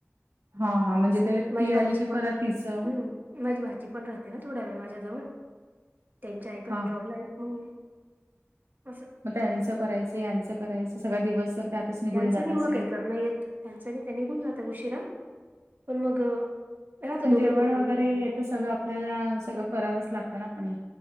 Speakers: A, on the right (about 70°); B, on the right (about 40°).
A: हा हा म्हणजे
B: जसं
A: ते ती
B: माझी भाची
A: आली की
B: पण
A: परत तिचं
B: हम्म माझी भाची पण राहते ना थोडा वेळ माझ्याजवळ, त्यांची आई पण
A: हा
B: जॉबला आहेत मंग असं
A: मग त्यांचं करायचं यांचं करायचं सगळा दिवस त्यातच
B: त्यांचंनी
A: निघून जातच
B: एवढं
A: आहे
B: काही करण येत त्यांचांनी ते निघून जाता उशिरा पण मग राहत
A: पण
B: दोघं
A: जेवण
B: दोघं
A: वगैरे
B: येतात मग
A: हे तर सगळं आपल्याला सगळं
B: हम्म
A: करावंच लागतं ना पण